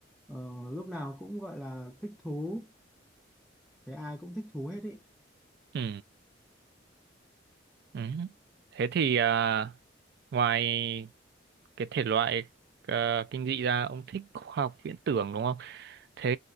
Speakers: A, in the centre; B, on the right.
A: ờ, lúc nào cũng gọi là thích thú cái ai cũng thích thú hết ý
B: Ừ. Ừ. Thế thì à, ngoài cái thể loại ờ, kinh dị ra ông thích khoa học viễn tưởng đúng không? Thế